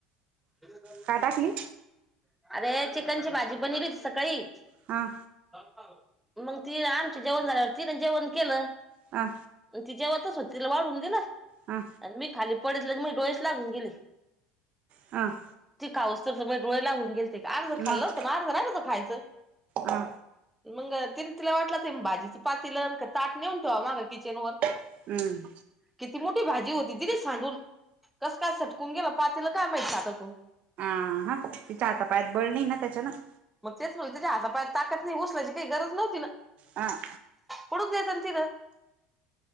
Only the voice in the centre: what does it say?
<inaudible>
अरे चिकन ची भाजी बनली होती सकाळी
ह ह मग ती आमच्या जेवण झाल्यावर तिने जेवण केलं
तिच्यावर स्व तिला वाढ होऊन दिला
आणि मी खाली पडत ले मग डोळेस लागून गेली
पावसाचं बाई डोळे लावून गेलते आज जरा खाल्लं
होतं ना जरा राहायचं खायचं
मग तिला वाटलं असेल भाजीचं पातील आणि ताट नेऊन ठेवा माग किचन वर
किती मोठी भाजी होती दिली सांडून कसं काय सटकून गेलं पातील काय माहित हातातून
मग तेच म्हणते ना हाता पायात ताकत नाही ना उचलायची काय गरज नव्हती ना
पडून द्यायचं तीत